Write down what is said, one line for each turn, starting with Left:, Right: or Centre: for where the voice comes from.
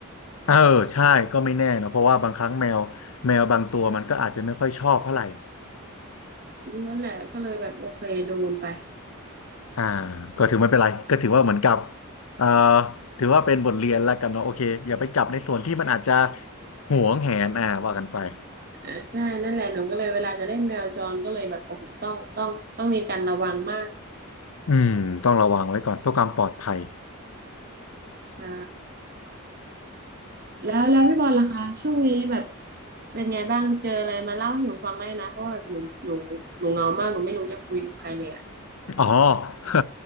Left: เออใช่ก็ไม่แน่นะเพราะว่าบางครั้งแมวแมวบางตัวมันก็อาจจะไม่ค่อยชอบเท่าไหร่
Right: นั่นแหละก็เลยแบบโอเคโดนไป
Left: อ่าก็ถือไม่เป็นไรก็ถือว่าเหมือนกับเอ่อถือว่าเป็นบทเรียนแล้วกันเนาะโอเคอย่าไปจับในส่วนที่มันอาจจะหวงแหนอ่าว่ากันไป
Right: อ่าใช่นั่นแหละหนูก็เลยเวลาจะเล่นแมวจรก็เลยแบบโอ้โหต้องต้องต้องมีการระวังมาก
Left: อืมต้องระวังไว้ก่อนเพื่อความปลอดภัย
Right: ใช่ แล้วแล้วพี่บอลล่ะคะช่วงนี้แบบเป็นไงบ้างเจออะไรมาเล่าให้หนูฟังได้นะเพราะว่าแบบหนูหนูหนูเหงามากหนูไม่รู้จะคุยกับใครเลยอ่ะ
Left: อ๋อ <laughs>